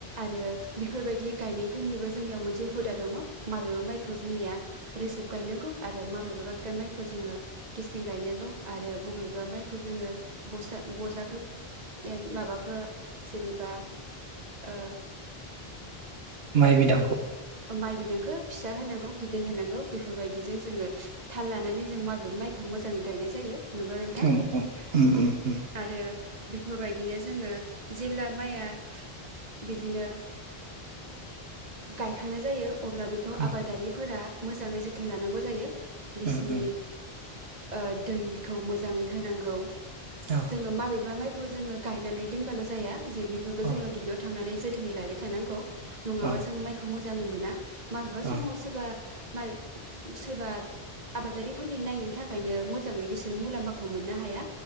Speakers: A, on the right; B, on the right.
A: आरो बेफोरबायदि गायनाय फोरनिबो जोंनियाव मोनसे हुदा दङ माबेबा माइखौ जोंनिया रोजोब गायनांगौ आरो माबेबा माइखौ जोङो गेसें गायनांगौ आरो बबेबा माइखौ जोङो बसा बजाखौ ए माबाखो जेनेबा ओ
B: माइ बिदांखौ
A: माइ बिदांखौ फिसा होनांगौ गिदिर होनांगौ बेफोरबायदिजों जोङो थाल लानानै जों माबेबा माइखौ मोजाङै गायनाय जायो नंगौ नोंथां
B: औ उम उम उम
A: आरो बेफोरबायदिनो जोङो जेब्ला माइया बिदिनो गायखांनाय जायो अब्ला बेखौ
B: उम
A: आबादारिफोरा मोजांङै जोथोन लानांगौ जायो बिसनि
B: उम उम
A: ओ दैखौ मोजाङै होनांगौ
B: औ
A: जोङो माबेबा माइ खौ जोङो गायनानै दोनबाल जाया जे बेफोरखौ
B: औ
A: जोङो दुब्लियाव थांनानै जोथोनै लायबाय थानांगौ नङाबा
B: औ
A: जों माइ मोजांङै मोना माबेबा
B: औ
A: समाव सोरबा माइ सोरबा आबादारिफोरनि नायैनि थाखायनो मोजाङै बिसोरो मुलाम्फाखौ मोननो हाया